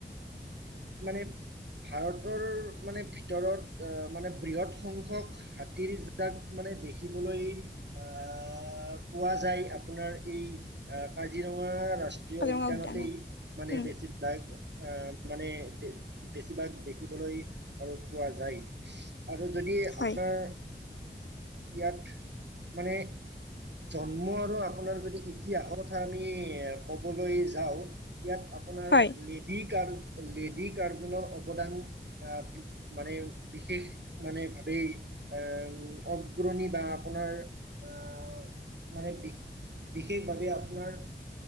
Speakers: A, on the right (about 65°); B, on the left (about 75°).
A: মানে ভাৰতৰ মানে ভিতৰত অহ মানে বৃহৎ সংখ্যক হাতীৰ জাক মানে দেখিবলৈ আহ আহ পোৱা যায়। আপোনাৰ এই কাজিৰঙা ৰাষ্ট্ৰীয়
B: কাজিৰঙা
A: উদ্যানতেই
B: উদ্যানত
A: মানে
B: উম
A: বেছিভাগ মানে বেছিভাগ দেখিবলৈ আৰু পোৱা যায়। আৰু যদি
B: হয়
A: আপোনাৰ ইয়াত মানে জন্ম আৰু আপোনাৰ যদি ইতিহাসৰ কথা আমি ক'বলৈ যাওঁ। ইয়াত আপোনাৰ
B: হয়
A: লেডি কাৰ লেডি কাৰ্জনৰ অৱদান আহ মানে বিশেষ মানে ভাৱেই এ অগ্ৰণী বা আপোনাৰ অহ মানে বিশেষভাৱে আপোনাৰ